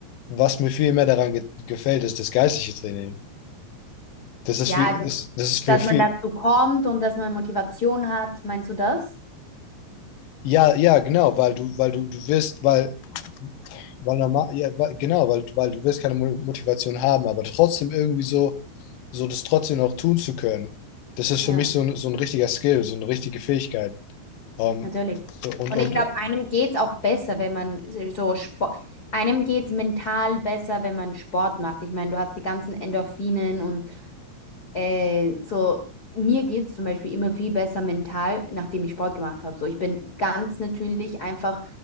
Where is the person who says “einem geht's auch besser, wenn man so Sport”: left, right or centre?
Left